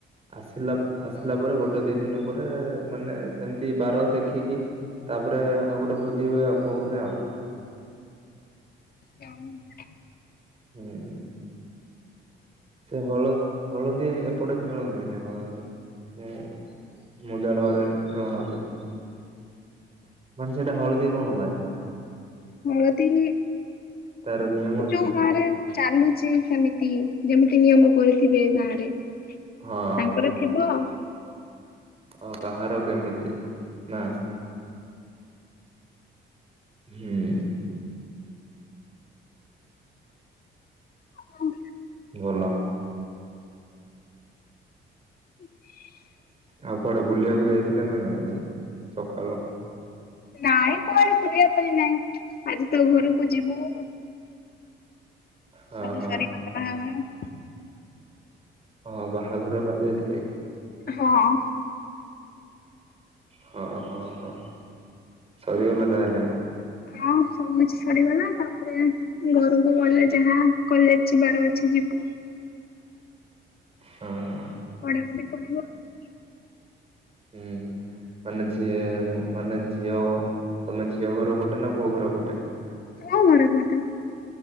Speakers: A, on the right; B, on the left.
A: ଆସିଲା ଆସିଲା ପରେ ଗୋଟେ ଦି ଦିନ ପରେ ମାନେ ସେମିତି ବାର ଦେଖିକି ତାପରେ ଆଉ ଗୋଟେ ଭୋଜି ହୁଏ ଆଉ ପୁଅ ଘରେ ଆଉ।
B: ତ <inaudible>
A: ହୁଁ। ସେ ହଳ ହଳଦି ଏପଟେ ଖେଳନ୍ତିନି ହଳଦି ହୁଁ। ମୁଁ ଜାଣିବାର ଏମିତି ଖେଳୁନାହାନ୍ତି ମାନେ ସେଇଟା ହଳଦୀ କଣ ପାଇଁ।
B: ହଳଦୀ
A: ତାର ନିୟମ ଅଛି।
B: ଆ ଗାଁରେ ଚାଲୁଛି ସେମିତି ଯେମିତି ନିୟମ କରିଥିବେ ଗାଁ ରେ ତାଙ୍କର
A: ହଁ
B: ଥିବ।
A: ଆଉ କାହାର କେମିତି ନା ହୁଁ
B: ହୁଁ
A: ଭଲ
B: ହ <inaudible>
A: ଆଉ କୁଆଡ଼େ ବୁଲିବାକୁ ଯାଇଥିଲେ ନା ନାହିଁ ଆଜି ସକାଳୁ।
B: ନାଇଁ କୁଆଡ଼େ ବୁଲିବା ପାଇଁ ନାଇଁ ଆଜି ତ ଘରକୁ ଯିବୁ।
A: ହଁ
B: ସବୁ
A: ହଁ
B: ସରିଗଲା ବାହାଘର
A: ହଁ ବାହାଘର ପାଇଁ ଯାଇଥିଲେ କି?
B: ହଁ
A: ହଁ ହଁ ହଁ ସରିଗଲା ତାହେଲେ।
B: ହଁ ସବୁ କିଛି ସରିଗଲା। ତାପରେ ଘରକୁ ଗଲେ ଯାହା କଲେଜ ଯିବାର ଅଛି ଯିବୁ।
A: ହଁ ହଁ
B: ପଢ଼ାପଢ଼ି କରିବୁ ଆଉ।
A: ହୁଁ ମାନେ ଝିଅ ମାନେ ଝିଅ ତମେ ଝିଅ ଘର ପଟେ ନା ପୁଅ ଘର ପଟେ।
B: କୋଉ ଘର ପଟେ?